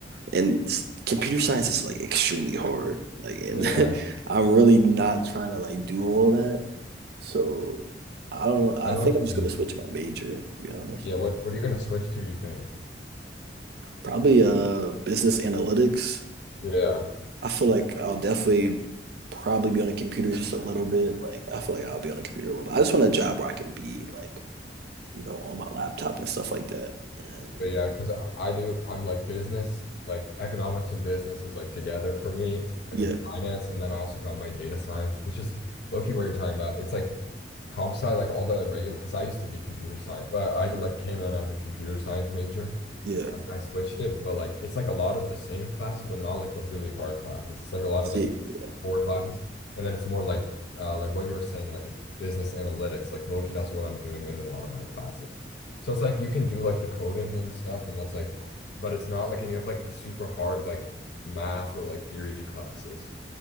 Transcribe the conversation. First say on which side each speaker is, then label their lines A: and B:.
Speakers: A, on the right; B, on the left.
A: And computer science is like extremely hard. Like and
B: But yeah,
A: <laughs> I'm really not trying to like do all that. So I don't know. I
B: I know
A: think
B: what
A: I'm
B: you
A: just
B: mean.
A: gonna switch my major, to be honest.
B: Yeah, what what are you gonna switch to, you think?
A: Probably uh business analytics
B: Yeah.
A: I feel like I'll definitely probably be on a computer just a little bit. Like I feel like I'll be on a computer a little bit. I just want a job where I can be like, you know, on my laptop and stuff like that. And
B: But yeah, because I, I do I'm like business, like economics and business is like together for me, like
A: yeah,
B: in finance, and then I also got my data science, which is low-key what you're talking about. It's like comp sci, like all the regular because I used to be computer science. Well, I like
A: yeah,
B: came in as a computer science major.
A: yeah.
B: and I switched it, but like it's like a lot of the same classes, but not like the really hard classes. It's like a lot
A: See,
B: of like
A: yeah,
B: core classes, and then it's more like uh like what you were saying, like business analytics. Like low key, that's what I'm doing in a lot of my classes. So it's like you can do like the coding and stuff, and that's like, but it's not like any of like the super hard like math or like theory classes.